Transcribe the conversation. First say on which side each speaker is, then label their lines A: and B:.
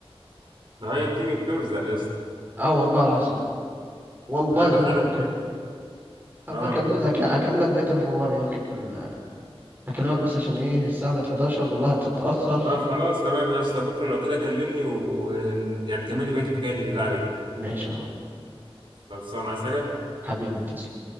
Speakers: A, on the right; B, on the right.
A: ده هي بتيجي بترزق يا اسطى
B: اه والله العظيم والله
A: لا ده
B: زي
A: فعلا
B: ما بقول لك
A: بترزق
B: كده هبقى
A: اه
B: اكمل لك يعني اكمل لك بقيه الحوار يا اخي في ال... اكلمك بس عشان ايه الساعه بقت 11 والواحد اتاخر
A: اه خلاص تمام يا اسطى بكره لو كده كلمني و يعني كمل لي بقيه الحكايه دي بالله عليك
B: ماشي يا معلم.
A: خلصان عايز حاجه
B: حبيبي تسلم